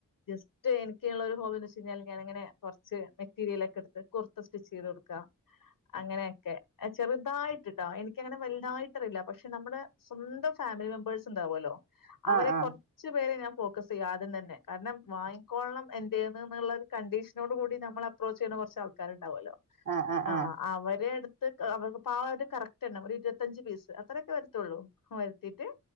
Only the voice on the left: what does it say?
ജസ്റ്റ് എനിക്കുള്ള ഒരു ഹോബി എന്ന് വെച്ച് കഴിഞ്ഞാല് ഞാനിങ്ങനെ കുറച്ച് മെറ്റീരിയലൊക്കെ എടു കുർത്ത സ്റ്റിച്ച് ചെയ്ത് കൊടുക്കാ അങ്ങനെയൊക്കെ ചെറുതായിട്ടിട്ടാ എനിക്കങ്ങനെ വലുതായിട്ട് അറിയില്ല പക്ഷെ നമ്മുടെ സ്വന്തം ഫാമിലി മെമ്പേഴ്സ് ഉണ്ടാവുവല്ലോ അവരെ
കൊറച്ച് പേരെ ഞൻ ഫോക്കസ് ചെയ്യും ആദൃം തന്നെ കാരണം വാങ്ങിക്കൊള്ളണം എൻ ചേർന്നുനുള്ളൊരു കണ്ടീഷനോട് കൂടി നമ്മൾ അപ്രൊച്ച് ചെയ്യുന്ന കുറച്ച് ആൾക് കാര് അതേലോ
ആ
അവരെടു അവർക്ക് പാവം അത് കറക്റ്റ് തന്നെ ഒരു ഇരുപത്തിയഞ്ച് പീസ് അത്രയൊക്കെ വരുത്തുള്ളൂ ഓ വരുത്തിട്ട്